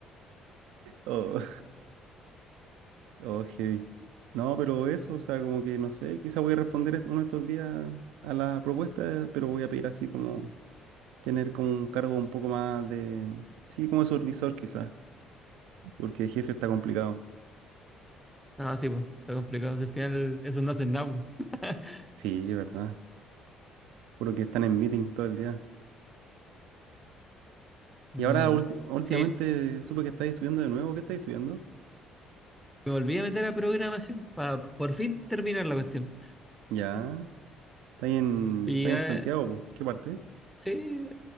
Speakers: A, on the right; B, in the centre.
A: Oh, oh, heavy. No, pero eso, o sea, como que no sé, quizá voy a responder est- uno de estos días a la propuesta, pero voy a pedir así como tener como un cargo un poco más de, sí, como de supervisor quizás, porque el jefe está complicado.
B: No, sí, pues. Está complicado. Si al final, eso no hacen nada, po. <laughs>
A: Sí, es verdad. Juro que están en meeting todo el día.
B: No
A: Y ahora
B: cagó.
A: ulti- últimamente
B: Sí,
A: supe que estáis estudiando de nuevo. ¿Qué estáis estudiando?
B: me volví a meter a programación para por fin terminar la cuestión.
A: Ya. ¿Estáis en,
B: Y
A: estáis
B: ya,
A: en Santiago, po? ¿Qué parte?
B: sí,